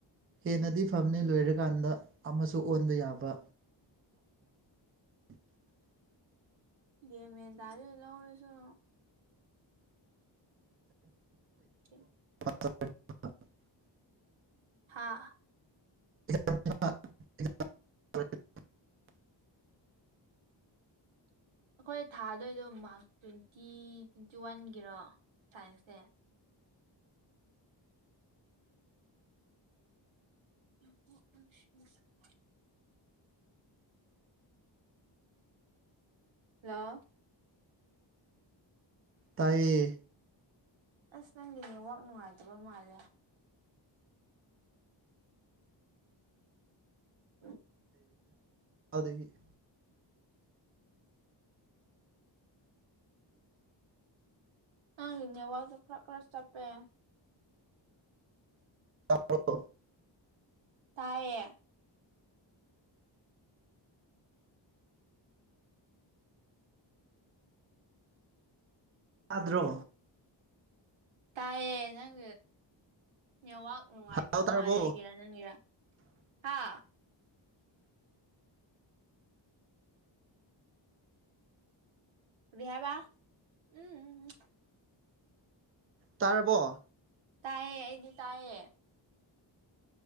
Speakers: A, on the right; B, on the right.
A: ꯍꯦꯟꯅꯗꯤ ꯐꯝꯅꯤ ꯂꯣꯏꯔꯀꯥꯟꯗ ꯑꯃꯁꯨ ꯑꯣꯟꯕ ꯌꯥꯕ <unintelligible>
B: ꯏꯃꯦ ꯇꯔ ꯂꯧꯔꯁꯨ ꯎ <unintelligible>
A: <unintelligible>
B: ꯍꯥꯥ
A: <inaudible>
B: ꯑꯩꯈꯣꯏ ꯊꯥꯗꯣꯏꯗꯣ ꯃꯥꯔꯛꯁ ꯇ꯭ꯋꯦꯟꯇꯤ ꯇ꯭ꯋꯦꯟꯇꯤ ꯋꯥꯟꯒꯤꯔꯣ ꯁꯥꯏꯟꯁꯁꯦ ꯑ ꯎ <unintelligible> ꯂꯣ
A: ꯇꯌꯦ
B: ꯑꯁ ꯅꯪꯒꯤ ꯅꯋꯥꯛ ꯅꯨꯡꯉꯥꯏꯇꯕ ꯃꯥꯜꯂꯦ ꯑꯣ
A: ꯗꯒꯤ <unintelligible>
B: ꯍꯪꯅꯦ ꯋꯥꯗ ꯈꯔ ꯈꯔꯁ ꯆꯄꯦ
A: ꯑꯂꯣ
B: ꯇꯌꯦ
A: ꯑꯥꯗ꯭ꯔꯣ
B: ꯇꯥꯏꯦ ꯅꯪ ꯅꯋꯥꯛ ꯅꯨꯡꯉꯥꯏꯇꯕ
A: ꯍꯜꯂꯣ ꯇꯥꯔꯕꯣ
B: ꯃꯥꯜꯂꯦ ꯑꯩꯒꯤꯔꯥ ꯅꯪꯒꯤꯔꯥ ꯍꯥ ꯍꯕ ꯎꯝ ꯎꯝ
A: ꯇꯥꯔꯕꯣ
B: ꯇꯥꯌꯦ ꯑꯩꯗꯤ ꯇꯥꯌꯦ